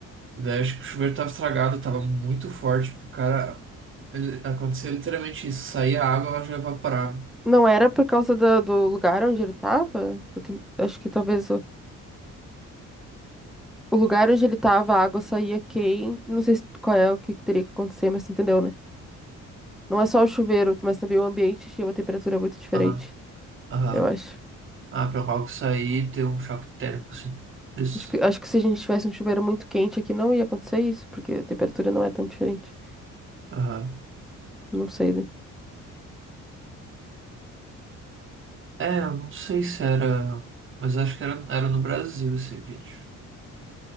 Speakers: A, on the right; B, in the centre.
A: Daí acho que o chuveiro tava estragado, tava muito forte, porque o cara. Ele, aconteceu literalmente isso. Saía a água, ela já evaporava.
B: Não era por causa do, do lugar onde ele tava? Do tem- Acho que talvez. O lugar onde ele tava, a água saía quente não sei se- qual é o que que teria que acontecer, mas tu entendeu, né? Não é só o chuveiro, mas também o ambiente tinha uma temperatura muito diferente,
A: Ah, ah,
B: eu acho.
A: ah, pra algo sair e ter um choque térmico, assim. Isso.
B: Acho que, acho que se a gente tivesse um chuveiro muito quente aqui, não ia acontecer isso, porque a temperatura não é tão diferente.
A: Ah,
B: Não sei, né?
A: é, eu não sei se era. Mas acho que era, era no Brasil esse vídeo.